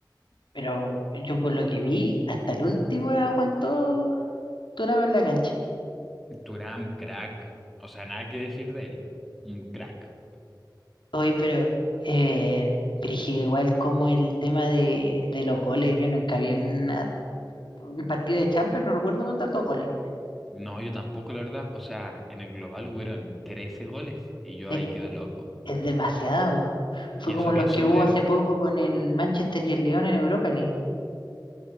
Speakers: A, on the left; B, in the centre.
A: Pero yo por lo que vi, hasta el último la aguantó Turabo en la cancha.
B: Turam, crack. O sea, nada que decir de él. Un crack.
A: Oye, pero, eh, brígido, igual como el tema de, de los goles, yo nunca vi una- un partido de Champions, no recuerdo con tantos goles.
B: No, yo tampoco, la verdad. O sea, en el global hubieron 13 goles y yo
A: Es,
B: ahí quedo loco.
A: es demasiado. Fue
B: Y
A: como
B: eso que
A: los
B: Sommer,
A: que hubo hace poco con el Manchester y el Lyon en Europa League.